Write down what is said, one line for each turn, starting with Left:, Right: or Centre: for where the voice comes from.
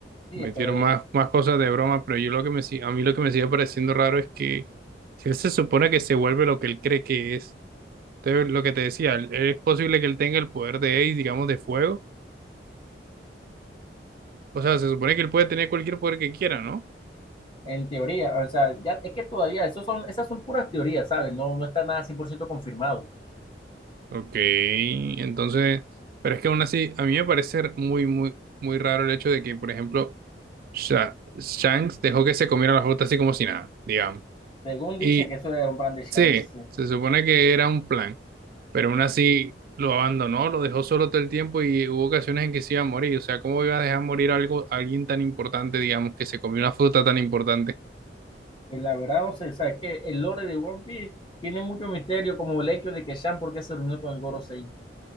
Left: Sí,
Right: metieron
Left: pero eh,
Right: más, más cosas de broma, pero yo lo que me, si- a mí lo que me sigue pareciendo raro es que si él se supone que se vuelve lo que él cree que es, entonces lo que te decía, él- es posible que él tenga el poder de Ace, digamos, de fuego, o sea, se supone que él puede tener cualquier poder que quiera, ¿no?
Left: en teoría, o sea, ya es que todavía, esos son, esas son puras teorías, ¿sabes? No, no está nada 100% confirmado.
Right: Ok, entonces, pero es que aún así, a mí me parece muy, muy, muy raro el hecho de que, por ejemplo, Sha- Shanks dejó que se comiera la fruta así como si nada, digamos.
Left: Según
Right: Y
Left: dicen que eso es un plan de chance.
Right: sí,
Left: sí.
Right: se supone que era un plan. pero aún así lo abandonó, lo dejó solo todo el tiempo y hubo ocasiones en que se iba a morir. O sea, ¿cómo iba a dejar morir algo, a alguien tan importante, digamos, que se comió una fruta tan importante?
Left: Pues la verdad, no sé, o sea, es que el lore de One Piece tiene mucho misterio, como el hecho de que Shan, ¿por qué se reunió con el Gorosei?